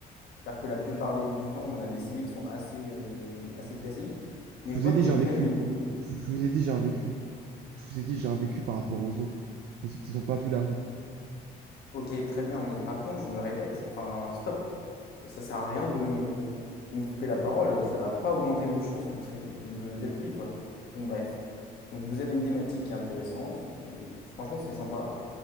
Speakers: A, on the left; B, on the right.
A: C'est-à-dire que la plupart des- du temps, on a des CV qui sont assez, euh, assez classiques.
B: Je
A: Mais je
B: vous
A: vois
B: ai dit
A: que vous
B: j'ai
A: avez
B: un vécu.
A: quand même une, thé-
B: Je, je vous ai dit j'ai un vécu. Je vous ai dit j'ai un vécu par rapport aux autres. Les autres ils ont pas vu la rue.
A: Ok, très bien, mais par contre, je me répète, enfin, stop. Ça sert à rien de me, de me couper la parole, ça va pas augmenter vos chances que vous serez de- d'être pris, quoi. Donc bref. Donc vous avez une thématique qui est intéressante, euh, franchement, c'est sympa,